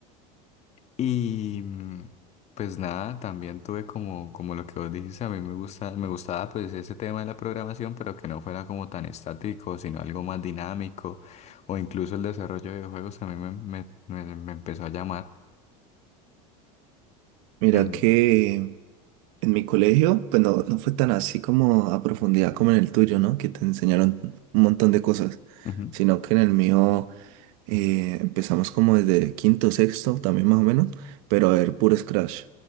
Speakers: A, on the left (about 35°); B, on the right (about 70°).
A: Y mm, pues nada, también tuve como, como lo que vos dijiste, a mí me gusta, me gustaba pues ese tema de la programación, pero que no fuera como tan estático, sino algo más dinámico, o incluso el desarrollo de videojuegos a mí me, me me- me empezó a llamar
B: Mira
A: en,
B: que en mi colegio, pues no, no fue tan así como a profundidad como en el tuyo, ¿no? Que te enseñaron un montón de cosas,
A: Ujú.
B: sino que en el mío eh, empezamos como desde quinto, sexto, también más o menos, pero a ver, puro Scratch,